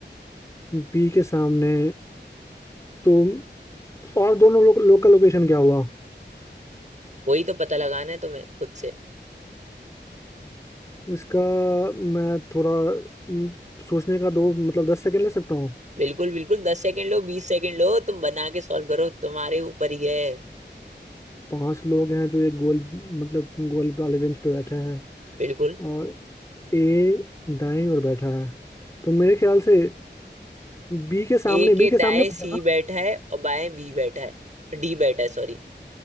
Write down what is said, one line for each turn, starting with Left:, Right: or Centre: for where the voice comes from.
Left: बी के सामने तो और दोनों लोग लोकल लोकेशन क्या हुआ
Right: वही तो पता लगाना है तुम्हें खुद से
Left: इसका मैं थोड़ा हम्म, सोचने का दो मतलब दस सेकंड ले सकता हूँ
Right: बिल्कुल बिल्कुल दस सेकंड लो बीस सेकंड लो तुम बना के सॉल्व करो तुम्हारे ऊपर ही है
Left: पांच लोग हैं जो एक गोल मतलब गोल वाले बेंच पे बैठे हैं
Right: बिल्कुल
Left: और ए दाईं ओर बैठा है तो मेरे ख्याल से बी के सामने
Right: ए के
Left: बी के
Right: दाएं
Left: सामने पूछा
Right: सी
Left: ना
Right: बैठा है और बाएं बी बैठा है डी बैठा है सॉरी